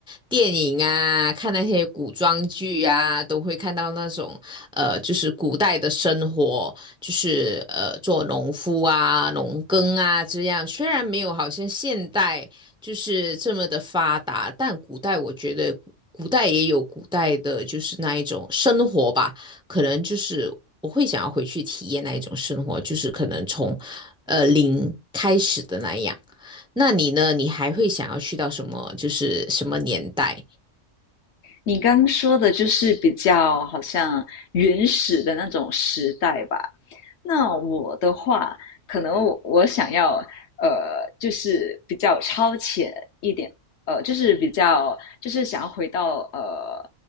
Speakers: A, in the centre; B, on the left.
A: 电影啊，看那些古装剧啊，都会看到那种呃，就是古代的生活，就是呃做农夫啊、农耕啊这样。虽然没有好像现代。就是这么的发达，但古代我觉得古代也有古代的，就是那一种生活吧，可能就是我会想要回去体验那一种生活，就是可能从呃零开始的那样。那你呢？你还会想要去到什么？就是什么年代？
B: 你刚说的就是比较好像原始的那种时代吧。那我的话，可能我想要呃，就是比较超前一点，呃，就是比较就是想要回到呃，